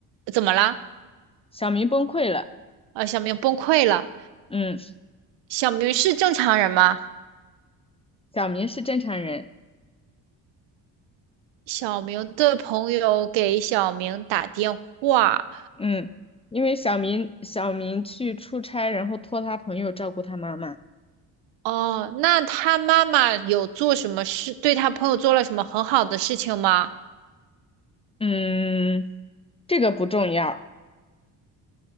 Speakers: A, on the right (about 80°); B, on the left (about 15°).
A: 怎么了？
B: 小明崩溃了。
A: 啊，小明崩溃了。
B: 嗯，
A: 小明是正常人吗？
B: 小明是正常人。
A: 小明的朋友给小明打电话，
B: 嗯，因为小明小明去出差，然后托他朋友照顾他妈妈。
A: 哦，那他妈妈有做什么事，对他朋友做了什么很好的事情吗？
B: 嗯，这个不重要。